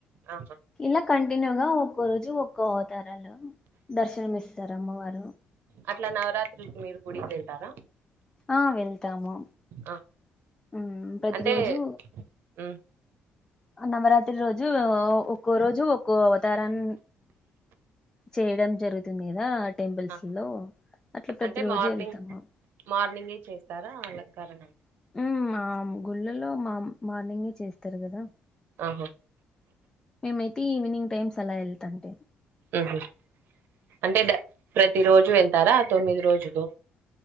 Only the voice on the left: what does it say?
ఇలా కం టిన్యూగా ఒక్కో రోజు ఒక్కో అవతారం. అవతారంలో దర్శనం ఇస్తారు అమ్మవారు.
ఆ వెళ్తాము.
ఊ ప్రతి
రోజు
నవరాత్రి రోజు ఒక్కో రోజు ఒ ఒక్కో అవతారన్ చేయడం జరుగుతుంది కదా టెంపుల్స్
లో అట్లా ప్రతి
రోజు
వెళ్తాము
మ్మ్ మా గుళ్ళల్లో మా మార్నింగే చేస్తరు కదా
మైతే ఈవినింగ్ టైమ్స్ అలా వెళ్తం అంతే